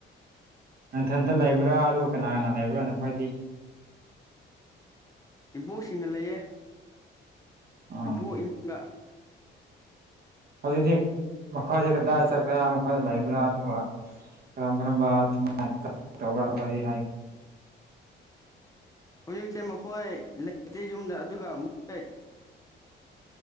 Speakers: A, on the right; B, on the left.
A: ꯅꯊꯟꯇ ꯂꯩꯕ꯭ꯔꯥ ꯑꯗꯨꯒ ꯀꯅꯥ ꯀꯅꯥ ꯂꯩꯕ꯭ꯔꯥ ꯅꯈꯣꯏꯗꯤ
B: ꯏꯕꯣꯛꯁꯤꯡꯒ ꯂꯩꯌꯦ
A: ꯑꯥ
B: ꯏꯕꫭꯛ ꯏꯃꯨꯡꯗ
A: ꯍꯧꯖꯤꯛꯇꯤ ꯃꯈꯣꯏꯗꯤ ꯀꯗꯥꯏ ꯆꯠꯈ꯭ꯔꯦ ꯃꫭꯏ ꯂꯩꯕ꯭ꯔꯥ ꯑꯗꯨꯒ ꯀꯔꯝ ꯀꯔꯝꯕꯃꯥꯏꯅ ꯇꯧꯕ꯭ꯔꯥ ꯋꯥꯔꯤ ꯍꯥꯏꯌꯨ
B: ꯍꯧꯖꯤꯛꯁꯦ ꯃꯈꯣꯏ ꯂꯩꯇꯦ ꯌꯨꯝꯗ ꯑꯗꯨꯒ ꯃꫭꯏ